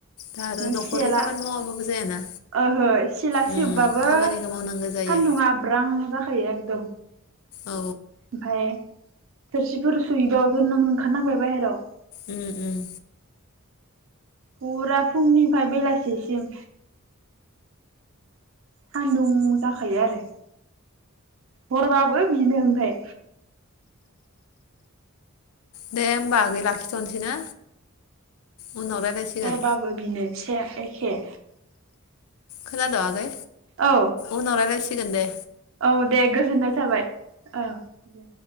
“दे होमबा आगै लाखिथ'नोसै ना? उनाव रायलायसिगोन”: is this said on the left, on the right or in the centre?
Left